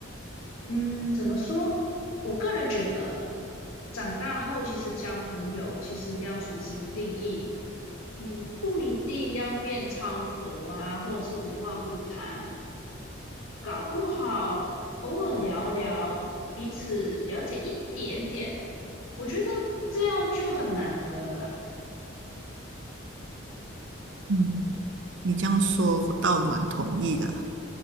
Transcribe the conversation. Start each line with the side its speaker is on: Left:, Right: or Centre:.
Left: 嗯，怎么说？我个人觉得，长大后其实交朋友其实要重新定义。嗯，不一定要变超熟啊，或者是无话不谈，搞不好偶尔聊聊，彼此了解一点点，我觉得这样就很难得了啦。
Right: 嗯，你这样说，我倒蛮同意的。